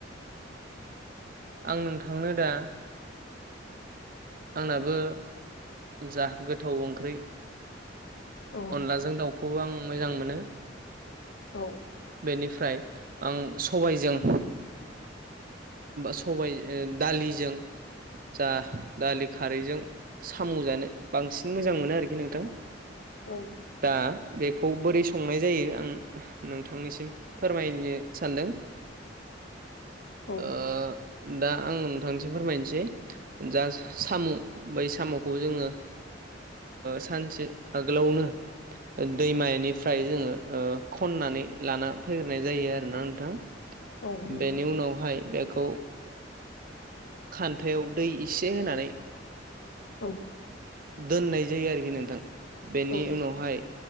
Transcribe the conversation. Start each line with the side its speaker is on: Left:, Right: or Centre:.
Right: आं नोंथांनो दा आंनाबो जा गोथाव ओंख्रि
Left: औ
Right: अनलाजों दाउखौबो आं मोजां मोनो।
Left: औ
Right: बेनिफ्राय आं सबायजों सबाय दालिजों जा दालि खारैजों साम' जानो बांसिन मोजां मोनो आरोखि नोंथां
Left: औ
Right: दा बेखौ बोरै संनाय जायो आं नोंथांनिसिम फोरमायनो सानदों
Left: औ
Right: ओ दा आं नोंथांनिसिम फोरमायनोसै जा साम' बै साम'खौ जोङो सानसे आगोलावनो दैमानिफ्राय जोङो खननानै लाना फैग्रोनाय जायो आरोोना नोंथां।
Left: औ नंगौ
Right: बेनियाव नावहाय बेखौ खान्थायाव दै एसे होनानै
Left: औ
Right: दोननाय जायो आरोखि नोंथां बेनि
Left: औ
Right: उनावहाय